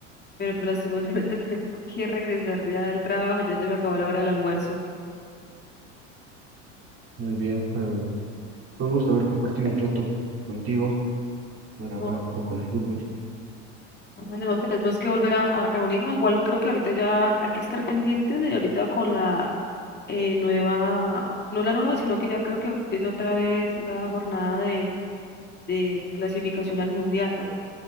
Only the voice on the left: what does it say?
pero pues, lastimosamente <laughs> tengo que regresar ya al trabajo, ya se me acabó la hora del almuerzo.
No,
no, vale, no, tenemos que volver a, a reunirnos. Igual creo que ahorita ya hay que estar pendientes de ahorita con la eh, nueva, no la nueva, sino que ya creo que empieza otra vez la jornada de, de clasificación al mundial.